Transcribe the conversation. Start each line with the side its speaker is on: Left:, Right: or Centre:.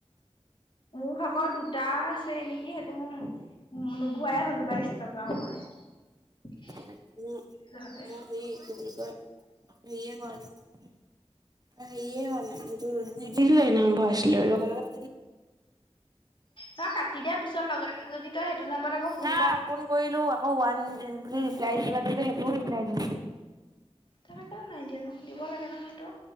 Right: <inaudible>
Left: মোৰ ভাগৰ দুটা আছে নেকি সেইটো মোৰ নুবোৱাই হলো বাইশ টকা মই <unintelligible>
Right: মোৰ হেৰি
Left: যহতে
Right: কিণবুলি বুলি কয় হেৰিয়ে কৰাোৱা ন সেয়ে হোৱা নাই নিদিলে স আৰম্ভ আছিলো লগ লগ
Left: নহয় কাটি দিয়াৰ পিছত লগালে যদি তই সেইটো নাম্বাৰত আকৌ
Right: নাই
Left: কৰ
Right: ফোন কৰিলো আকৌ ওৱান ৰিপ্লাই দ সেইটো ৰিপ্লাই দি
Left: তেনেক নাই দিয়ে নো দিব লাগে নহয় সেইটো